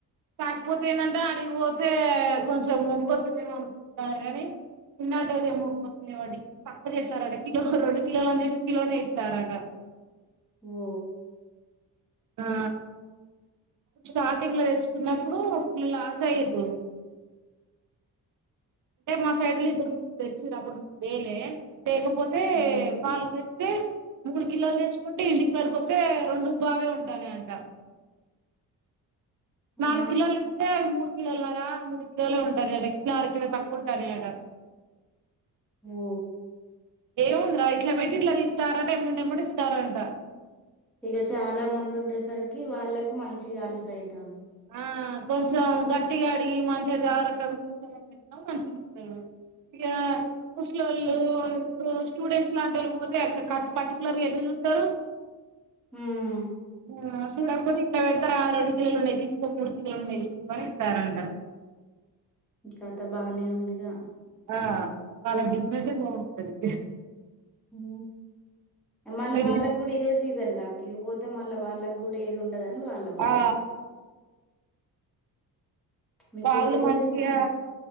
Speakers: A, on the right; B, in the centre.
A: కాకపోతే ఏంటంటే వాడికి పోతే కొంచెం మొగ్గుొతుందేమో అనుకుంటున్నారు కాని పిన్నటి మొగ్పోతుంది వాడికి పక్క చేస్తారట కిలో రెండు కిలోలని చెప్పి కిలోనే ఇస్తారట
B: ఓ
A: ఆ స్టార్టింగ్ లో తెచ్చుకున్నప్పుడు అప్పులు లాస్ అయ్యద్దు అంటే మా సైడ్ లో ఇద్దరు ముగ్గరు తెచ్చి అమ్మడు లేద్లే లేకపోతే
B: హ్మ్
A: వాళ్ళు చెప్తే మూడు కిలోలు తెచ్చుకుంటే ఇంటికాడికొత్తే రెండుం పావే ఉంటానే అంటా
B: ఆ
A: నాలు కిలోలు తేస్తే మూడు కిలోల ద్వారమూడు ఉంటనేట కిలో అర కిలో తక్కువ ఉట్టనట
B: ఓ
A: ఏముంది రా ఇట్లా పెట్టి ఇట్ల దిత్తారాట ఏంబటెంబటే ఇత్తారట
B: ఇక చాలా మంది ఉండేసరికి వాళ్ళకు మంచిగా అలుసు అయితు తం
A: ఆ కొంచెం గట్టిగా అడిగి మంచిగా జాగ్రత్త కూర్చో మంచిగా ఇస్తడు ఇక ముసి లొల్లు స్టూడెంట్స్ లాంటి వాళ్ళు పోతే అక్క పర్టికులర్ గా ఎట్ల చూత్తరు
B: హ్మ్.
A: ఆ చూడకపోతే ఇట్లా పెడతారు ఆ రెండు కిలోలు ఉన్నాయి. మూడు కిలోలున్నాయి వేసుకొని ఇస్తారంటా
B: ఈ కత బానే ఉందిగా
A: ఆ వాళ్ళ బిజినెసే బాగుంటాది.
B: ఓ మళ్ళ
A: మీరు
B: వాళ్ళకు కూడా ఇదే సీజన్ కద ఇది పోతే మళ్ళ వాళ్ళకూ గుడా ఏద్ ఉండద్ ఉండదని వాల్ల బాద
A: ఆ
B: మీ
A: వాళ్ళు
B: చెల్లెం
A: మంచిగా
B: చేస్తాంది